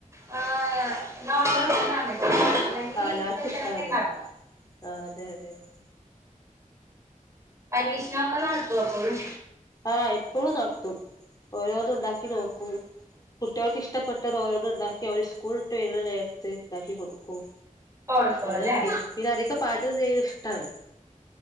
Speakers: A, on the right (about 20°); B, on the left (about 25°).
A: ഹ് നോർമൽഫുഡാണ്. അല്ലെങ്കി
B: ആ എല്ലാർക്കും
A: പൈസലക്കെണ്ടാലൊ
B: ഇഷ്ടാണത് ആ അതെ അതെ അതെ
A: പരീഷണങ്ങൾ നടത്തൊ എപ്പോഴും
B: ആഹ എപ്പൊഴുംനടത്തും ഓരോന്നുഉണ്ടാക്കി നോക്കും കുട്ടികൾക്ക് ഇഷ്ടപ്പെട്ടത് ഓരോന്ന്ണ്ടാക്കി അവര് സ്കൂൾട്ട് വരുന്നനേരത്ത് ണ്ടാക്കികൊടുക്കും.
A: കൊടുക്കും
B: അതൊക്കെന്
A: അല്ലേ
B: പിന്ന അധികം പാചകംചെയ്യല് ഇഷ്ടാണ്.